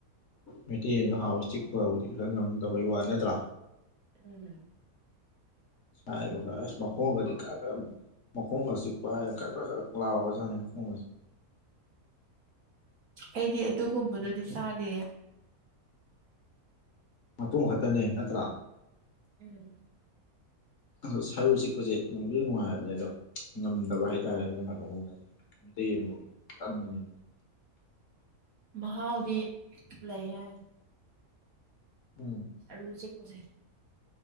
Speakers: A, on the left; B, on the right.
A: ꯃꯩꯇꯩ ꯌꯦꯟꯁꯨ ꯍꯥꯎꯑꯀ ꯆꯤꯛꯄꯕꯨꯗꯤ ꯈꯔ ꯉꯝꯗꯕꯩ ꯋꯥ ꯅꯠꯇ꯭ꯔꯥ
B: ꯎꯝ
A: ꯥꯏꯕ ꯃꯈ ꯀꯣꯡꯒꯗꯤ ꯈ ꯃꯈꯣꯡꯒ ꯆꯤꯛꯄ ꯈ ꯈ ꯈ ꯂꯥꯎꯕꯖꯥꯠꯅꯤ ꯃꯈꯣꯡ ꯑꯁꯤ
B: ꯑꯩꯗꯤ ꯑꯗꯨꯒꯨꯝꯕꯗꯨꯗꯤ
A: ꯉꯝꯕꯗꯣ
B: ꯆꯥꯗ
A: ꯃꯇꯨꯡꯣ ꯈꯛꯇꯅꯦ ꯅꯠꯇ꯭ꯔꯥ
B: ꯎꯝ
A: ꯑꯣ ꯁꯔꯨ ꯆꯤꯛꯄꯁꯦꯕꯨ ꯅꯨꯡꯉꯥꯏꯕꯅꯦ ꯑꯗꯣ ꯉꯝꯗꯕ ꯍꯥꯏꯇꯥꯔꯦ ꯃꯣꯏ ꯀꯩꯅꯣꯒꯨꯝꯕꯁꯦ ꯃꯇꯩ ꯌꯦꯟ
B: ꯎꯝ
A: ꯇꯥꯟ ꯃꯅꯤ
B: ꯃꯍꯥꯎꯗꯤ ꯂꯩ ꯍꯥꯏ
A: ꯎꯝ
B: ꯁ ꯎꯆꯦꯛꯛ ꯀꯁꯦ